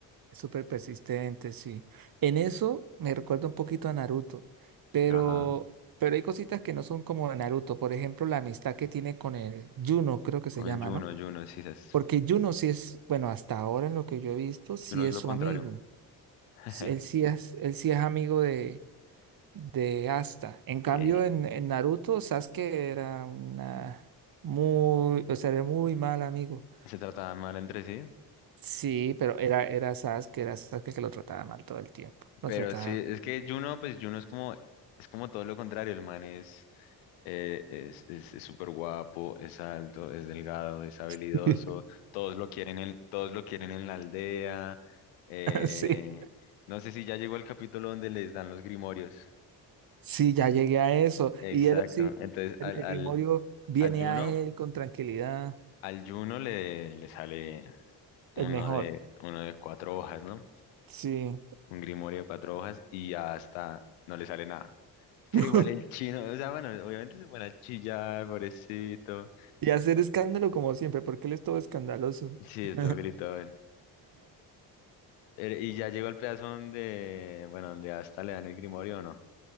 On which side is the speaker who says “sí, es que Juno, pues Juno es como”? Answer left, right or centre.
Left